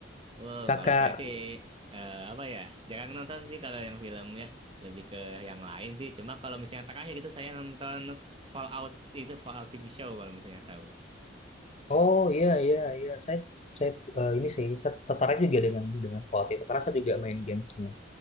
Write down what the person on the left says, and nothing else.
Kakak,
oh iya iya iya, saya saya eh, ini sih saya tertarik juga dengan dengan quality itu karena saya juga main gamesnya